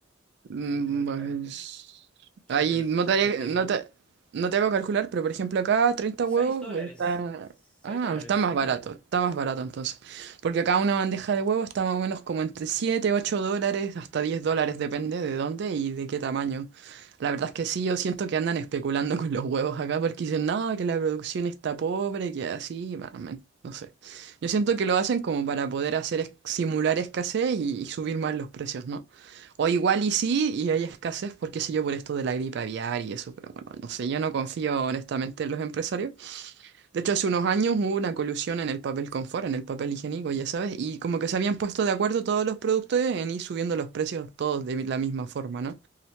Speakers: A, on the right; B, in the centre.
A: Mm,
B: La matemática,
A: pues,
B: ya
A: ahí
B: te lo,
A: no
B: ya
A: te, haría-
B: te lo digo.
A: no te, no te hago calcular, pero por ejemplo acá 30
B: seis
A: huevos
B: dólares,
A: está...
B: 6
A: Ah,
B: dólares.
A: está más barato, está más barato entonces. Porque acá una bandeja de huevos está más o menos como entre 7 8 dólares, hasta 10 dólares, depende de dónde y de qué tamaño. La verdad es que sí, yo siento que andan especulando con los huevos acá porque dicen, no, que la producción está pobre, que así, bah, man, no sé. Yo siento que lo hacen como para poder hacer es- simular escasez y y subir más los precios, ¿no? O igual y sí, y hay escasez, porque sé yo, por esto de la gripe aviar y eso, pero bueno, no sé, yo no confío honestamente en los empresarios. De hecho, hace unos años hubo una colusión en el papel confort, en el papel higiénico, ya sabes, y como que se habían puesto de acuerdo todos los productores en ir subiendo los precios todos de la misma forma, ¿no?